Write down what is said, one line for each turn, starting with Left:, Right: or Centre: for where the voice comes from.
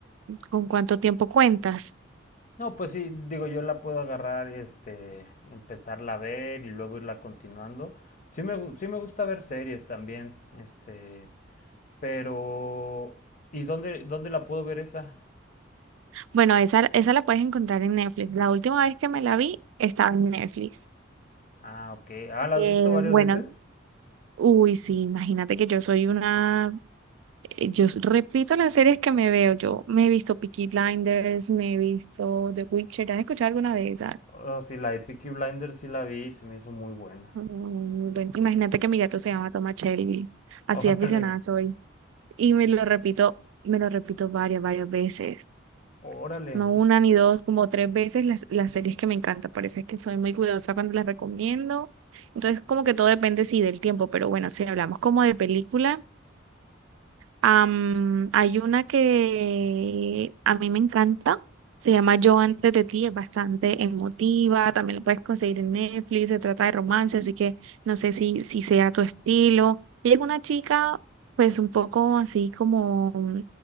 Right: con cuánto tiempo cuentas.
Left: No, pues sí, digo, yo la puedo agarrar, este, empezarla a ver y luego irla continuando. Sí me, sí me gusta ver series también, este, pero... ¿Y dónde, dónde la puedo ver esa?
Right: Bueno, esa, esa la puedes encontrar en Netflix. La última vez que me la vi estaba en Netflix.
Left: Ah, ok. Ah, ¿la
Right: Eh,
Left: has visto varias
Right: bueno,
Left: veces?
Right: uy, sí, imagínate que yo soy una, eh, yo s- repito las series que me veo. Yo me he visto Peaky Blinders, me he visto The Witcher. ¿Has escuchado alguna de esas?
Left: Oh, sí, la de Peaky Blinders sí la vi y se me hizo muy buena.
Right: Mm, bueno, imagínate que mi gato se llama Toma Shelby Así
Left: <laughs> Órale,
Right: de aficionada soy. Y me lo repito, me lo repito varias, varias veces.
Left: órale.
Right: no una ni dos, como tres veces las, las series que me encantan. Por eso es que soy muy cuidadosa cuando las recomiendo. Entonces, como que todo depende, sí, del tiempo, pero bueno, si hablamos como de película. Am, hay una que a mí me encanta, se llama Yo antes de ti, es bastante emotiva, también la puedes conseguir en Netflix, se trata de romance, así que no sé si, si sea tu estilo. Ella es una chica, pues un poco así como mm,